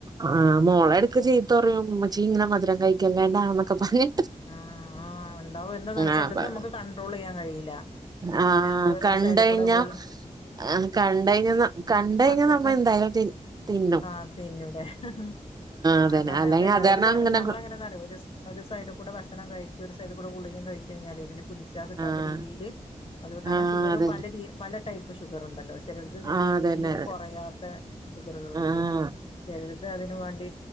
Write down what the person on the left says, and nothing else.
ആഹ് ആഹ് ഉണ്ടാവും എന്താെന്നറിയോ?
ചെലത് നമുക്ക് കണ്ട്രോളിയ്യാൻ കഴിയില്ല. പിന്നെ
ഇങ്ങനെ നമ്മള്
ഒരു സൈഡിൽ കൂടെ ഗുളി
മക്കക്ക്
ആഹ് തിന്നൂലേ. ആഹ്
അതാണേ
അതല്ലേ
ഒരു
നമ്മള
എങ്ങനാന്നാറിയോ ഒരു ഒരു സൈഡ് ഭക്ഷണം കഴിക്കും. ഒരു സൈഡികൂടെ ഗുളികേം കഴിച്ച് കഴിഞ്ഞാലേ പിന്നെ പിടിച്ചാൽ കിട്ടാത്ത
രീതില് അത് കാരണം
ഷുഗറും
പല രീ പല ടൈപ്പ് ഷുഗറുണ്ടല്ലോ. ചെലത് നേ
തീരെ
കൊറയാത്തേ ഷുഗറുകളുണ്ട്
ചെലുത് അതിന് വേണ്ടി